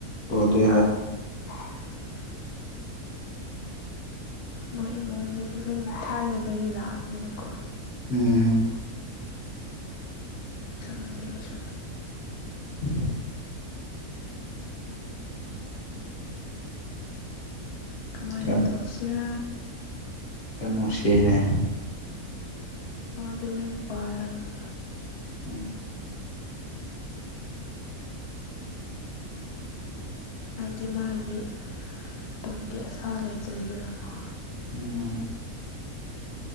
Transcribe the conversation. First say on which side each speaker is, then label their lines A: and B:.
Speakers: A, on the left; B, on the left.
A: ꯑꯣꯏꯗꯣꯏꯔꯥ
B: ꯑ ꯃꯣꯏ ꯏꯃꯨꯡꯗꯒꯤ ꯑꯗꯨꯝ ꯊꯥꯏꯅꯗꯒꯤ ꯂꯥꯛꯑꯕꯅꯤꯅꯀꯣ
A: ꯎꯝ
B: ꯊꯪꯗꯦ
A: ꯎ
B: ꯀꯃꯥꯏꯅ
A: ꯌꯥꯝ
B: ꯇꯧꯁꯤꯦ
A: ꯌꯥꯝ ꯅꯨꯡꯁꯤꯅꯦ
B: ꯃꯗꯣ ꯌꯥꯝ ꯋꯥꯔꯝꯅꯦ
A: ꯑꯣ
B: ꯍꯥꯏꯕꯗꯤ ꯃꯥꯒꯤꯗꯤ ꯇꯨꯡꯒꯤ ꯑꯁꯥ ꯂꯩꯇ꯭ꯔꯦꯗꯅꯀꯣ
A: ꯎꯝ